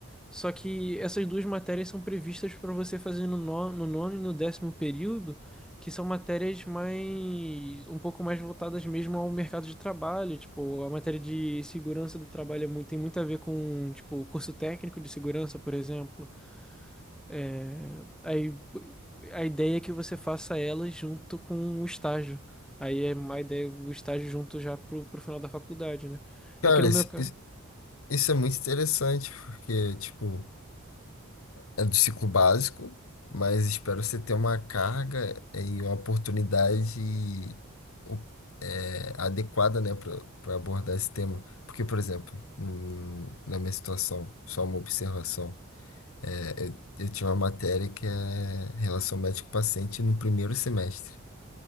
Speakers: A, in the centre; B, on the left.
A: Só que essas duas matérias são previstas para você fazer no, no, no nono e no décimo período, que são matérias mais um pouco mais voltadas mesmo ao mercado de trabalho. Tipo, a matéria de segurança do trabalho é muito- tem muito a ver com, tipo, o curso técnico de segurança, por exemplo. É, aí a ideia é que você faça ela junto com o estágio. Aí é a ideia, o estágio junto já pro, pro final da faculdade, né?
B: Cara,
A: É que no
B: isso,
A: meu caso.
B: isso isso é muito interessante, porque, tipo, é do ciclo básico, mas espero você ter uma carga e uma oportunidade o- é, adequada, né, para abordar esse tema. Porque, por exemplo, hum, na minha situação, só uma observação, é, eu, eu tinha uma matéria que é relação médico-paciente no primeiro semestre.